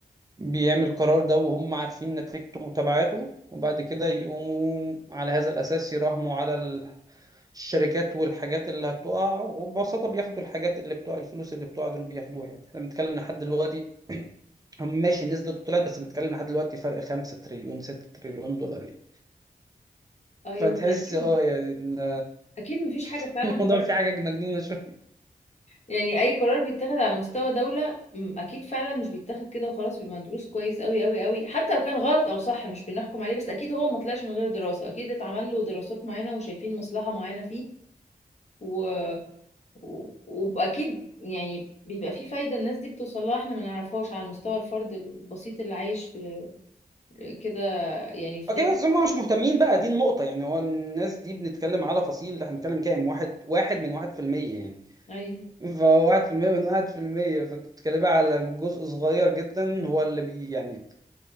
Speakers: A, on the right; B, on the left.
A: بيعمل قرار ده وهم عارفين نتيجته وتبعاته وبعد كده يقوموا على هذا الأساس يراهنوا على ال- الشركات والحاجات اللي هتقع وببساطة بياخدوا الحاجات اللي بتوع الفلوس اللي بتوع دول بياخدوها يعني احنا بنتكلم لحد دلوقتي <clears throat> هم ماشي النسبة طلعت بس بنتكلم لحد دلوقتي فرق 5 تريليون 6 تريليون دولار يعني
B: ايوه
A: فتحس
B: اكيد
A: اه يعني ال-
B: اكيد مفيش حاجة
A: <laughs>
B: فعلا
A: الموضوع
B: قرار
A: فيه حاجه مجنونه شويه
B: يعني اي قرار بيتاخد على مستوى دولة م، اكيد فعلا مش بيتاخد كده وخلاص بيبقى مدروس كويس قوي قوي قوي حتى لو كان غلط او صح مش بنحكم عليه بس اكيد هو ما طلعش من غير دراسة اكيد اتعمل له دراسات معينة وشايفين مصلحة معينة فيه و... و... واكيد يعني بيبقى فيه فايدة الناس دي بتوصل لها احنا ما نعرفهاش على مستوى الفرد البسيط اللي عايش في كده يعني في
A: اوكي
B: دولة
A: بس هم مش مهتمين بقى دي النقطه يعني هو الناس دي بنتكلم على فصيل احنا بنتكلم كام واحد واحد من واحد في المية يعني
B: ايوه
A: فواحد في المية من واحد في المية فبتتكلم على جزء صغير جدا هو اللي بي يعني